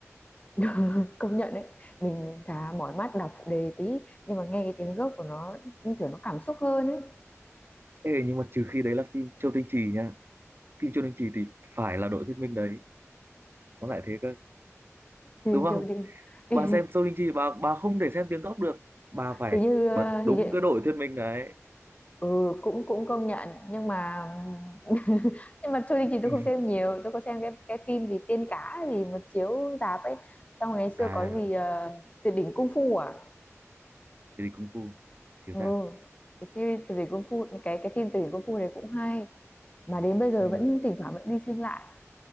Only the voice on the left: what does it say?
thôi <laughs> công nhận đấy mình thà mỏi mắt đọc phụ đề tí nhưng mà nghe cái tiếng gốc của nó như kiểu nó cảm xúc hơn ấy
thì,
thì,
thì,
thì như ờ,
thì như
ừ cũng cũng công nhận nhưng mà <laughs> nhưng mà Trôi Đình Chỉ tôi
không xem nhiều tôi có xem cái cái phim gì Tiên Cá gì mà chiếu rạp ấy xong ngày xưa
có gì ờ, Tuyệt đỉnh Cung Phu à
ừ
cái series Tuyệt đỉnh Cung Phu cái cái phim Tuyệt đỉnh Cung Phu này cũng hay mà đến bây giờ
vẫn thỉnh thoảng vẫn đi xem lại